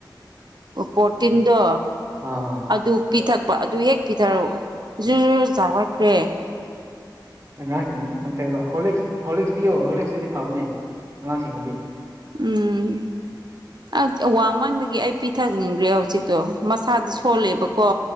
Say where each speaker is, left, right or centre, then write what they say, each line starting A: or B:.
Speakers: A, on the right; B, on the right.
A: ꯄꯣꯔꯇꯤꯟꯗꯣ
B: ꯑꯥ ꯑꯥ
A: ꯑꯗꯨ ꯄꯤꯊꯛꯄ ꯑꯗꯨ ꯍꯦꯛ ꯄꯤꯊꯔꯛꯎ ꯖꯨ ꯨ ꯖꯒꯠꯈ꯭ꯔꯦ
B: ꯑꯉꯥꯡꯁꯤꯡꯅ ꯅꯝꯊꯔꯕ ꯍꯣꯂꯤꯛꯁ ꯍꯣꯂꯤꯛꯁ ꯄꯤꯌꯣ ꯍꯣꯂꯤꯛꯁꯇꯗꯤ ꯐꯕꯅꯦ ꯑꯉꯥꯡꯁꯤꯡꯕꯨꯗꯤ
A: ꯎꯝ ꯋꯥꯡꯃꯟꯕꯒꯤ ꯑꯩ ꯄꯤꯊꯛꯅꯤꯡꯈ꯭ꯔꯦ ꯍꯧꯖꯤꯛꯇꯣ ꯃꯁꯥꯗꯤ ꯁꯣꯜꯂꯦꯕꯀꯣ